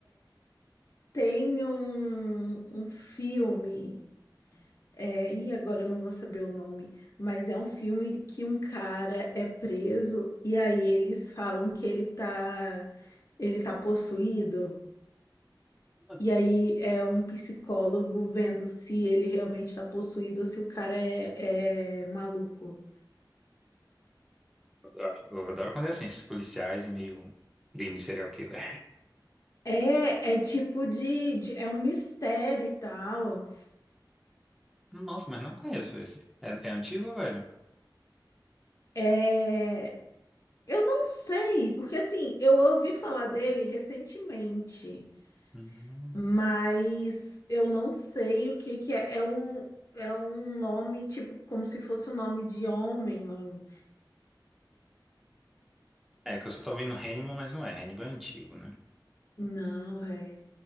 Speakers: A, on the left; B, in the centre.
A: Tem um, um filme. É, e agora eu não vou saber o nome, mas é um filme que um cara é preso e aí eles falam que ele tá, ele tá possuído.
B: Não
A: E aí é um psicólogo vendo se ele realmente está possuído ou se o cara é, é maluco.
B: Eu adoro eu adoro quando é assim, esses policiais e meio crime serial killer.
A: É, é tipo de, de- é um mistério e tal.
B: Nossa, mas não conheço esse. É, é antigo, velho?
A: É, eu não sei, porque assim, eu ouvi falar dele recentemente.
B: Uhum.
A: Mas eu não sei o que que é. É um, é um nome, tipo, como se fosse um nome de homem. ou-
B: É, que eu só tô vendo Hannibal, mas não é. Hannibal é antigo, né?
A: Não, é.